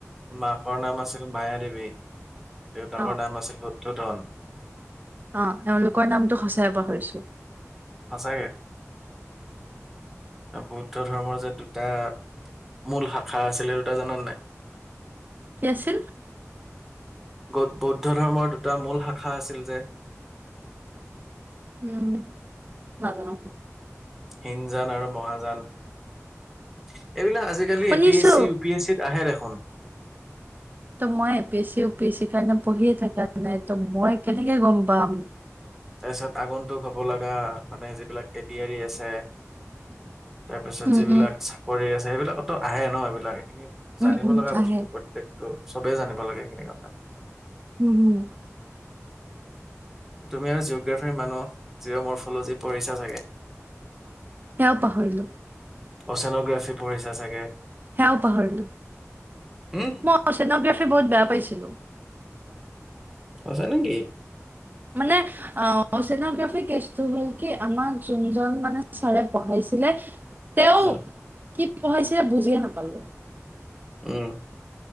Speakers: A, in the centre; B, on the right.
A: মাকৰ নাম আছিল মায় দেৱী দেউতাকৰ
B: অ'
A: নাম আছিল শুদ্ধোধন
B: অ এওঁলোকৰ নামটো সঁচাই পাহৰিছোঁ।
A: সঁচাকে বৌদ্ধ ধৰ্মৰ যে দুটা। মূল শাখা আছিলে দুটা জানা নে নাই
B: কি আছিল
A: বৌদ্ধ ধৰ্মৰ দুটা মূল শাখা আছিল যে।
B: উম নাজানো।
A: ইনজান আৰু মহাজান এইবিলাক আজিকালি
B: শুনিছো।
A: APSC UPSC. আহে দেখোঁন।
B: ত মই এ পি এছ চি উ পি এছ চিৰ এক্জাম মই পঢ়িয়ে থকা নাই ত' মই কেনেকে গম পাম
A: তাৰ পিছত আগন্তটো হ'ব লগা মানে যিবিলাক এডইআৰি আছে তাৰপিছত
B: উম
A: যিবিলাক
B: উম
A: চাকৰি আছে। যে সেইবিলাকতো আহে ন এইবিলাক এইখিনি জানিব
B: উম উম
A: লগা বস্তু
B: আহে
A: প্ৰত্যেক। ত চবেই জানিব লাগে সেইখিনি কথা।
B: হম হম।
A: তুমি আৰু জিঅ'গ্ৰাফীৰ মানুহ জিৰ' মৰ্ফ'ল'জি পঢ়িছা চাগে
B: সেয়াও পাহৰিলোঁ।
A: অ চেনোগ্ৰাফি পঢ়িছা চাগে।
B: সেয়াও পাহৰিলোঁ
A: উম
B: মই চেনোগ্ৰাফী বহুত বেয়া পাইছিলোঁ।
A: সচা নেকি
B: মানে অ চোগ্ৰাফিটো হল কি আমাৰ যোনজন মানে চাৰে পঢ়াইছে ছিলে তেওঁ
A: অ,
B: কি পঢ়াইছিলে বুজিয়ে নাপালোঁ।
A: উম।